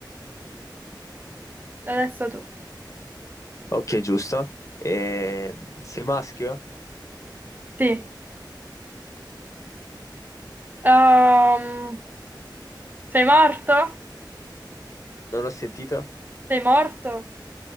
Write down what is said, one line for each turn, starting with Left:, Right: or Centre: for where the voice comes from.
Right: adesso tu.
Left: ok, giusto. Eh, sei maschio?
Right: Sì. Ehm, sei morto?
Left: Non ho sentito.
Right: Sei morto?